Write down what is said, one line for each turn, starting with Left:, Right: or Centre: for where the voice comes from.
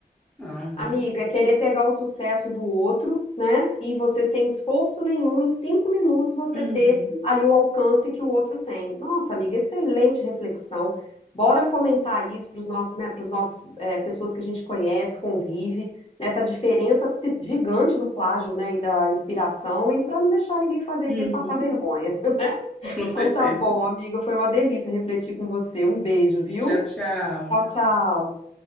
Centre: Não, né?
Left: Amiga, é querer pegar o sucesso do outro, né? E você, sem esforço nenhum, em cinco minutos, você
Centre: Uhum,
Left: ter ali o alcance que o outro tem. Nossa, amiga, excelente reflexão. Bora fomentar isso para os nossos, né, para os nossos, é, pessoas que a gente conhece, convive, nessa diferença tri- gigante do plágio, né, e da inspiração, e para não deixar ninguém fazer
Centre: uhum,
Left: isso aí e passar vergonha, <laughs> né?
Centre: <laughs> com certeza.
Left: Então tá bom, amiga, foi uma delícia refletir com você. Um beijo, viu?
Centre: Tchau, tchau.
Left: Tchau, tchau.